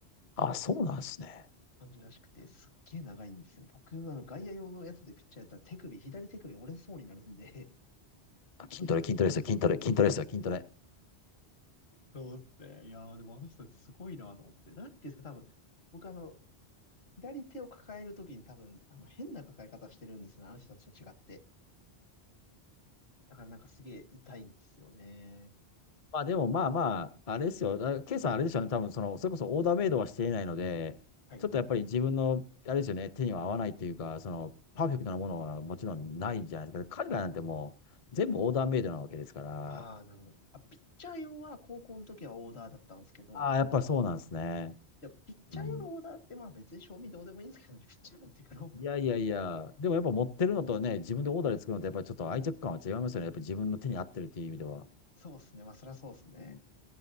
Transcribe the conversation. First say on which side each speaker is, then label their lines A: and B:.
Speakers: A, on the left; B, on the left.
A: あ、そうなんですね。
B: 感じらしくて、すっげえ長いんですよ。僕、あの、外野用のやつでピッチャーやったら手首、左手首折れそうになるんで、<laughs>
A: あ筋トレ、
B: あの人たち、
A: 筋トレですよ、筋トレ、筋トレですよ、筋トレ。
B: そうですね。いやー、でもあの人たちすごいなと思って。なんていうんですか、多分、僕あの、左手を抱えるときに多分、あの、変な抱え方してるんですよね。あの人たちと違って。だからなんかすげえ痛いんですよね。
A: まあでもまあまあ、あれですよ。だ K さんあれでしょうね。多分その、それこそオーダーメイドはしていないので、
B: はい
A: ちょっとやっぱり自分の、あれですよね、手には合わないというか、その、パーフェクトなものはもちろんないじゃないですか。彼らなんてもう、全部オーダーメイドなわけですから、
B: ああ、なるほど。あ、ピッチャー用は高校の時はオーダーだったんですけど、
A: ああ、やっぱりそうなんですね。
B: でもピッチャー用のオーダーってまあ別に賞味どうでもいいんですけどね、
A: うん
B: <laughs> ピッチャーなんてグローブ。
A: いやいやいや、でもやっぱ持ってるのとね、自分でオーダーで作るのとやっぱりちょっと愛着感は違いますよね。やっぱり自分の手に合ってるっていう意味では。
B: そうですね。まあそりゃそうですね。
A: うん